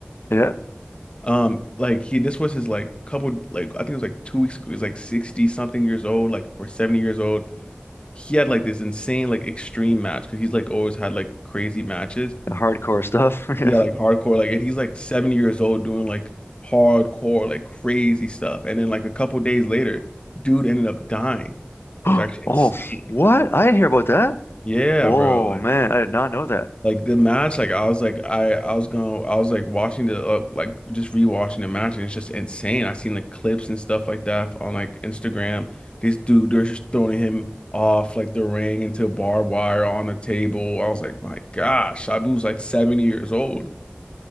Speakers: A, on the left; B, on the left.
A: Yeah.
B: Um, like he this was his like couple like I think it was like two weeks ago. He's like 60 something years old, like or 70 years old. He had like this insane like extreme match because he's like always had like crazy matches.
A: Hardcore stuff. <laughs> Yeah.
B: Yeah, like hardcore, like, and he's like 70 years old doing like hardcore, like crazy stuff. And then like a couple days later, dude ended up dying. It
A: <gasps>
B: was actually insane.
A: Oh, what? I didn't hear about that.
B: Yeah,
A: Oh
B: bro. Like,
A: man, I did not know
B: like the match, like I was like, I, I was going, I was like watching the, uh, like just rewatching the match, and it's just insane. I seen like clips and stuff like that on like Instagram. This dude, they're just throwing him off like the ring into barbed wire on a table. I was like, my gosh, Sabu's like 70 years old.